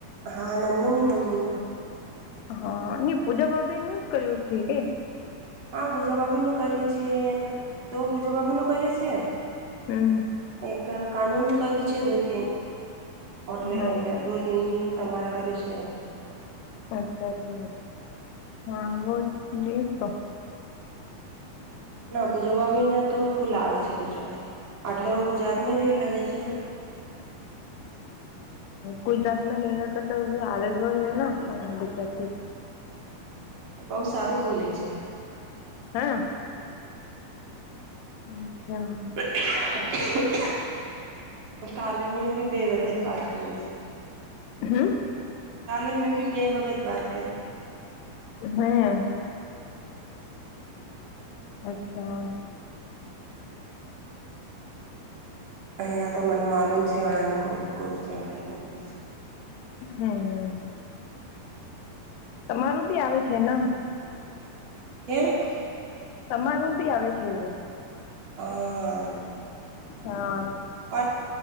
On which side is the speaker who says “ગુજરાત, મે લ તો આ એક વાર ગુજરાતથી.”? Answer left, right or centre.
Left